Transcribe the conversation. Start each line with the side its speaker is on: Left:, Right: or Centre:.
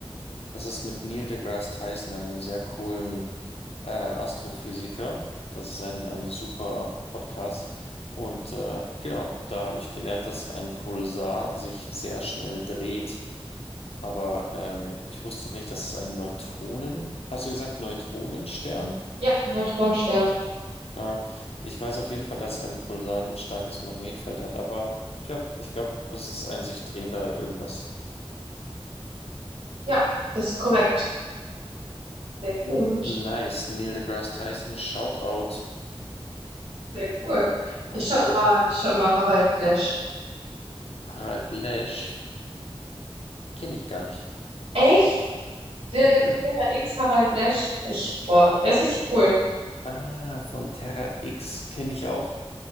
Left: Das ist mit Neil deGrasse Tyson, einem sehr coolen äh, Astrophysiker. Das ist ein, ein super Podcast. Und äh, genau, da habe ich gelernt, dass ein Pulsar sich sehr schnell dreht. Aber ähm, ich wusste nicht, dass es ein Neutronen, hast du gesagt, Neutronenstern?
Right: Ja, Neutronenstern.
Left: Ja, ich weiß auf jeden Fall, dass ein Pulsar ein starkes Magnetfeld hat, aber tja, ich glaube, das ist ein sich drehender irgendwas.
Right: Ja, das ist korrekt. Sehr gut.
Left: Nice, Neil deGrasse Tyson, Shoutout.
Right: Sehr cool.
Left: Okay.
Right: Ich schaue immer, ich schau immer Harald Lesch.
Left: Harald Lesch, kenne ich gar nicht.
Right: Echt? Der,
Left: Mhm.
Right: der von Terra X, Harald Lesch. Ich, boah, der ist richtig cool.
Left: Ah, von Terra X kenne ich auch